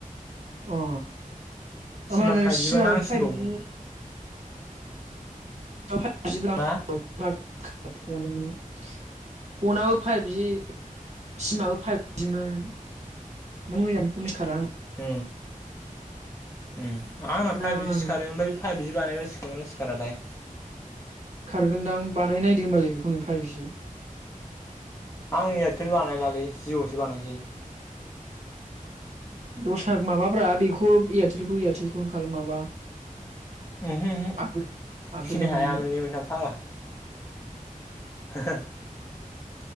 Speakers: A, on the right; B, on the left.
A: अ हबा
B: सिमा
A: होनो
B: फाइभजिबा
A: सिमाबो
B: नांसिनबावगौ
A: फाइभ जिबो खोनाया
B: मा
A: फन फनाबो फाइभजि सिमाबो फाइभ जिमोन मोजाङैखौनो सिखारा आंना
B: ओ ओ आंना
A: नाङानो
B: फाइभ जि सिखारो ओमफ्राय फाइभजि बानायबाय सिखारोना सिखाराथाय
A: खारगोनदां बानाय नायदों होनोमबालाय बेखौनो फाइभजि
B: आं एयारटेल बानायलालै जिअ'सो बानायसै
A: दस्रा माबाब्रा बेखौ एयारटेलखौ एयारटेलखौ खालाम माबा
B: ओहो-ओहो
A: आपग्रेड आपदेटल'
B: फिसिनो
A: खालामनो
B: हाया मोननै मोनथाम फाग्ला। हा हा